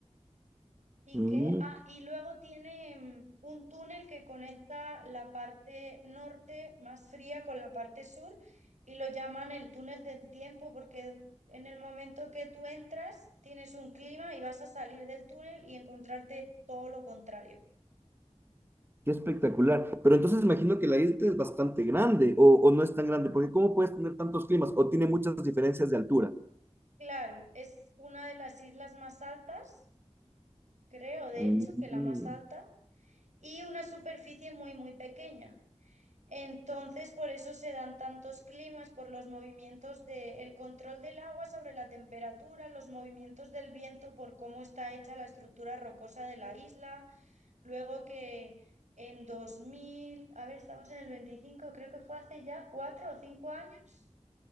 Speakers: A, on the right (about 85°); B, on the right (about 20°).
A: Y
B: Mm,
A: que, ah, y luego tiene mm, un túnel que conecta la parte norte más fría con la parte sur y lo llaman el túnel del tiempo porque en el momento que tú entras tienes un clima y vas a salir del túnel y encontrarte todo lo contrario.
B: Qué espectacular. Pero entonces imagino que la isla es bastante grande o, o no es tan grande, porque ¿cómo puedes tener tantos climas? O tiene muchas diferencias de altura.
A: Claro, es una de las islas más altas, creo, de
B: Mm,
A: hecho, que la
B: mm,
A: más alta y una superficie muy, muy pequeña. Entonces, por eso se dan tantos climas, por los movimientos del de control del agua sobre la temperatura, los movimientos del viento, por cómo está hecha la estructura rocosa de la isla. Luego que en dos mil a ver, estamos en el veinticinco creo que fue hace ya cuatro o cinco años,